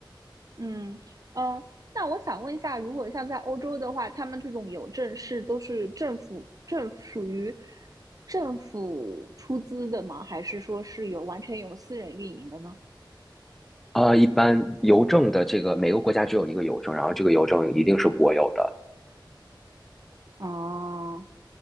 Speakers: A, on the right (about 45°); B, in the centre.
A: 嗯嗯，那我想问一下，如果像在欧洲的话，他们这种邮政是都是政府政属于政府出资的吗？还是说是有完全由私人运营的呢？
B: 啊、一般邮政的这个每个国家只有一个邮政，然后这个邮政一定是国有的。
A: 哦，